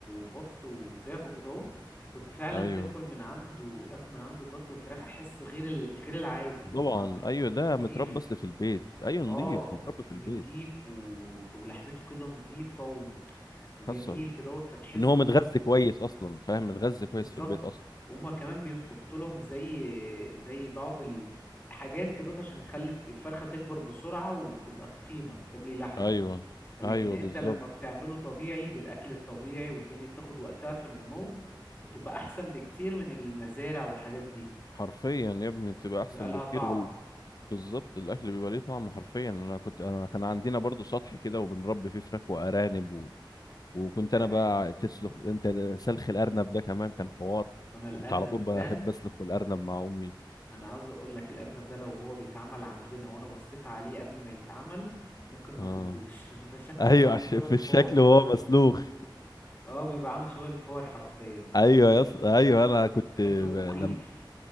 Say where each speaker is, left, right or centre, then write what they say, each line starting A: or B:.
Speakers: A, on the left; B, on the left.
A: بط وفراخ وكده اهو كنت فعلا
B: ايوه
A: تاكل من عنده اكل من عنده البط والفراخ احس غير ال... غير العادي يعني
B: طبعا
A: طعمه
B: ايوه ده
A: نضيف
B: متربى اصل في البيت ايوه نضيف
A: اه
B: متربى في
A: نضيف
B: البيت
A: و... ولحمته كده نضيفه و... وجميل
B: حصل
A: كده اهوت فتحسه
B: ان هو متغذي
A: اللي هو-
B: كويس اصلا فاهم متغذي كويس
A: بالظبط
B: في البيت اصلا
A: وهما كمان بيحط لهم زي زي بعض الحاجات كده عشان يخلي الفرخه تكبر بسرعه وتبقى تخينه تملي لحم
B: ايوه
A: لكن
B: ايوه
A: انت
B: بالظبط
A: لما بتعمله طبيعي بالاكل الطبيعي والدنيا بتاخد وقتها في النمو بتبقى احسن بكتير من المزارع والحاجات دي
B: حرفيا يا ابني بتبقى
A: بيبقى
B: احسن
A: لها
B: بكتير
A: طعم
B: وال... بالظبط الاكل بيبقى ليه طعم حرفيا انا كنت انا كان عندنا برضو سطح كده وبنربي فيه فراخ وارانب و... وكنت انا
A: الارانب
B: بقى
A: اه.
B: تسلخ انت سلخ الارنب ده كمان كان حوار
A: انا الارنب
B: كنت على طول بحب
A: ده
B: اسلخ الارنب مع امي
A: انا عاوز اقول لك الارنب ده لو هو بيتعمل عندنا وانا بصيت عليه قبل ما يتعمل ممكن ما
B: اه
A: اكلهوش <laughs> بيبقى شكله
B: ايوه
A: بقى عامل
B: عشان
A: شبه
B: في
A: الفار
B: الشكل وهو مسلوخ
A: اه بيبقى عامل شبه الفار حرفيا
B: ايوه يص... ايوه انا كنت ب...
A: شكله مخيف
B: لما